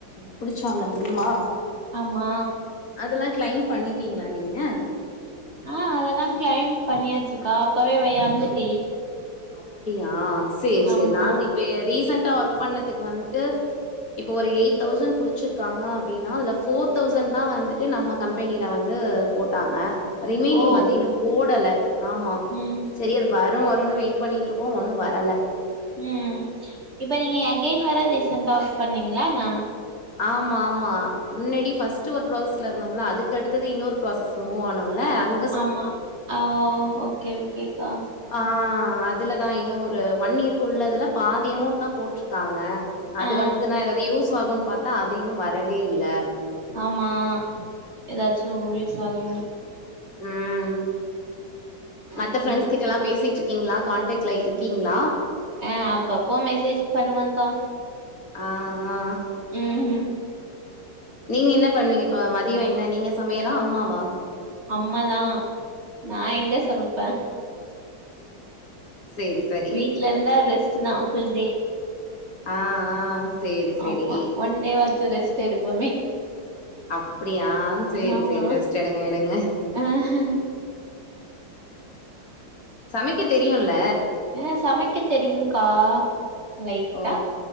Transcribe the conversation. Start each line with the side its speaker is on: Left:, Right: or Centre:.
Left: புடிச்சாங்க தெரியுமா
Right: ஆமா
Left: அதலா கிளைம் பண்ணிட்டீங்ளா நீங்க
Right: ஆ அதலாங் கிளைம் பண்ணியாச்சுக்கா அப்பவே வையந்துட்டு
Left: அப்டியா சேர் சேர்
Right: ஆமா
Left: நாங்க இப்ப ரீசண்டா ஒர்க் பண்ணதுக்கு வந்ட்டு இப்போ ஒரு எயிட் தௌசண்ட் புடிச்சிர்க்காங்க அப்டினா அதல ஃபோர் தௌசண்ட்தா வந்துட்டு நம்ம கம்பெனில வந்து போட்டாங்க ரிமைனிங்
Right: ஓ
Left: வந்து இன்னும் போடல ஆமா
Right: ம்
Left: செரி அது வரு வருனு வெயிட் பண்ணிட்ருக்கோ ஒன்னு வரல்
Right: ம் இப்ப நீங்க எகைன் வேற ரிசெண்டா ஒர்க் பண்ணீங்ளானா
Left: ஆமா ஆமா முன்னாடி ஃபர்ஸ்ட்டு ஒரு ப்ராசஸ்ல இருந்தோம்ல அதுக்கடுத்தத இன்னொரு ப்ராசஸ் மூவ் ஆனோல்ல அங்
Right: ஆமா அவ் ஓகே ஓகேக்கா
Left: ஆ அதுலதா இன்னு ஒரு ஒன்னியர்க் குள்ளதுலப் பாதி அமௌண்ட்தா போட்ருக்காங்க அது
Right: ஆ
Left: வந்ததுனா எதா அது யூஸ் ஆகுன் பாத்தா அது இன்னு வரவே இல்ல
Right: ஆமா எதாச்சு யூஸ் ஆகு
Left: ம். மத்த
Right: ஓகே
Left: ஃப்ரெண்ட்ஸ் கிட்டலா பேசிட்ருக்கீங்ளா காண்டாக்ட்ல இருக்கீங்ளா
Right: ஆ அப்பப்போ மெசேஜ் பண்ணுவங்க்கா
Left: ஆ ஆ
Right: ம் ம்
Left: நீங்க என்ன பண்ணுவீங்க இப்ப மதியோ என்ன நீங்க சமையலா அம்மாவா
Right: அம்மாதா நா எங் க சமைப்பே
Left: சரி, சரி.
Right: வீட் ட்லந்தா ரெஸ்ட்டுதா ஃபுல் டே
Left: ஆ, ஆ. சரி, சரி.
Right: ஆமா ஒன் டே வாச்சு ரெஸ்ட்டு எடுப்போமே
Left: அப்டியா சேரி
Right: ஆமா
Left: சேரி ரெஸ்ட்டு எடுங்க எடுங்க
Right: ஆ
Left: சமைக்கத் தெரியுல்ல
Right: அ சமைக்கத் தெரியுங்க்கா லைட்டா
Left: ஓ!